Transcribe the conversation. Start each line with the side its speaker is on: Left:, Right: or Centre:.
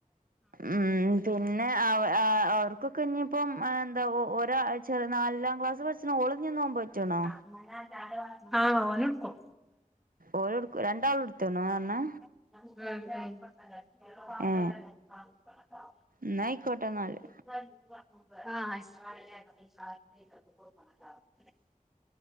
Right: ഉം പിന്നെ അവ അ അവർക്കൊക്കെ ഇനിയിപ്പം എന്താപ്പൊ ഒരാഴ്ച നാലിലാം ക്ലാസ്സ് പഠിച്ചിണ ഓള് ന്ന് നോമ്പോറ്റ്ണോ
Centre: <unintelligible> ഓന് ഇട്ക്കും
Right: ഓല് ഇടക്കും രണ്ടാളും ഇട്ത്ത്ക്ക്ണ് ന്നാ പറഞ്ഞെ
Centre: ആഹ് <unintelligible>
Right: ഏ
Centre: ആ
Right: എന്നാ ആയിക്കോട്ടെ എന്നാല്
Centre: ഷ് <unintelligible> കൊടുക്കണംട്ടോ.